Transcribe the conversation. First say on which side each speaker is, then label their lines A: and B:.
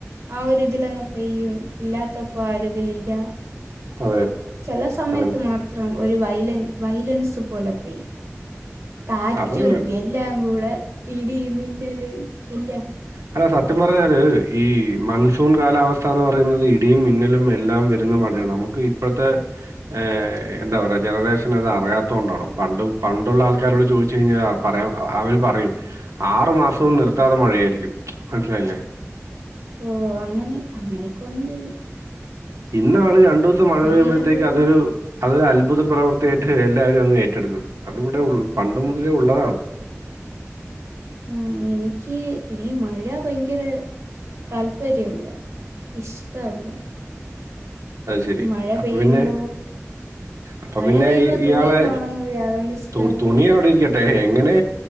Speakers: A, on the right (about 65°); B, on the right (about 80°).
A: ആ ഒരു ഇതിലങ്ങ പെയ്യും ഇല്ലാത്തപ്പോ ആരും ഇതിലില്ല
B: അതെ.
A: ചെല സമയത്ത്
B: അങ്ങനെ
A: മാത്രം ഒരു വയ്ലൻ വൈലൻസു പോലെ പെയ്യ കാറ്റും
B: അത്
A: എല്ലാം കൂടെ ഇടി മിന്നല് ഇല്ല
B: അല്ല സത്യം പറഞ്ഞാല് ഈ മൺസൂൺ കാലാവസ്ഥ എന്ന് പറയുന്നത് ഇടിയും മിന്നലും എല്ലാം വരുന്ന മഴയാണ് നമുക്ക് ഇപ്പോഴത്തെ ഏ എന്താ പറയാ ജനറേഷന് അത് അറിയാത്തത് കൊണ്ടാണ് പണ്ട് പണ്ടുള്ള ആൾക്കാരോട് ചോയ്ച്ച് കഴിഞ്ഞാ പറയാം അവര് പറയും ആറു മാസവും നി താതെ മഴയായിരിക്കും മനസ്സിലായില്ലേ
A: ഓ അങ്ങനെ അങ്ങനെക്കെ ഉണ്ട്
B: ഇന്നാണ് ര രണ്ടു ദിവസം മഴ
A: ഭയങ്കര
B: പെയ്യുമ്പോതേക്ക്
A: അറിവില്ല
B: അതൊരു അത് പുതു പ്രവൃത്തിയായിട്ട് എല്ലാരും അങ്ങ് ഏറ്റെടുക്കും അതി ഇവിടെ ള്ള പണ്ട് മുതലേ ഉള്ളതാണ്
A: ഉം എനിക്ക് ഇനി മഴ ഭയങ്കര താല്പര്യല്ല ഇഷ്ടല്ല
B: അത് ശെരി
A: മഴ
B: അപ്പൊ
A: പെയ്യുമ്പോ
B: പിന്നെ അപ്പൊ
A: മഴ
B: പിന്നെ
A: പെയ്യുമ്പോ
B: ഇയാളെ
A: തുണിയൊന്നും ഉണങ്ങൂല അതുകൊണ്ട് ഇഷ്ടമല്ല
B: തു തുണി അവിടെ ഇരിക്ക എങ്ങനെ